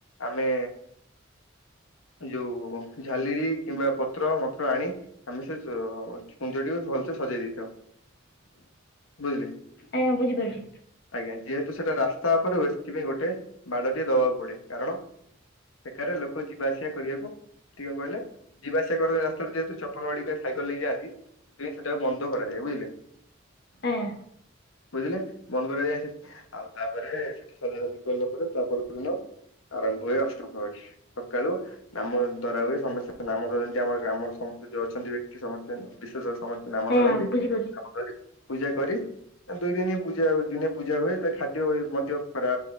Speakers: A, on the left; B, on the left.
A: ଆମେ ଯୋଉ ଝାଲିରି କିମ୍ବା ପତ୍ର ମତ୍ର ଆଣି ଆମେ ସେ ଉଉ କୁଞ୍ଜଟି ଭଲସେ ସଜେଇ ଦେଇଥାଉ
B: ହୁଁ
A: ବୁଝିଲେ
B: ଆଜ୍ଞା ବୁଝିପାରିଲି।
A: ଆଜ୍ଞା ଯେହେତୁ ସେଟା ରାସ୍ତା ଉପରେ ହୁଏ ସେଥିପାଇଁ ଗୋଟେ ବାଡ଼ଟିଏ ଦବାକୁ ପଡେ କାରଣ ବେକାରିଆ ଲୋକ ଯିବା ଆସିବା କରିବାକୁ ଟିକେ କହିଲେ ଯିବା ଆସିବା କରିବା ରାସ୍ତାରେ ଯେହେତୁ ଚପଲ ବାଡିକ ସାଇକେଲ ନେଇ ଯାଆନ୍ତି। ସେଟାକୁ ବନ୍ଦ କରାଯାଏ ବୁଝିଲେ
B: ଆଜ୍ଞା
A: ବୁଝିଲେ ବନ୍ଦ କରାଯାଏ ସେଠି ଆଉ ତାପରେ ସେଠି ସଜାସଜି କଲା ପରେ ତା ପର ଦିନ ଆରମ୍ଭ ହୁଏ ଅଷ୍ଟପ୍ରହରୀ ସକାଳୁ ନାମ ଧରାହୁଏ ସମସ୍ତ ନାମ ଧରନ୍ତି ଆମର ଗ୍ରାମର ସମ ସ୍ତ ଯଉ ଅଛନ୍ତି ବ୍ୟକ୍ତି ସମସ୍ତେ ବିଶେଷ ସମସ୍ତେ ନାମ
B: ଆଜ୍ଞା
A: ଧରନ୍ତି
B: ବୁଝିପାରୁଛି
A: ନାମ ଧରି ପୂଜା କରି ଦୁଇ ଦିନି ପୂଜା ହୁଏ ଦିନେ ପୂଜା ହୁଏ ତା ଖାଦ ସେ ଉଏ ମଧ୍ୟ ଖରା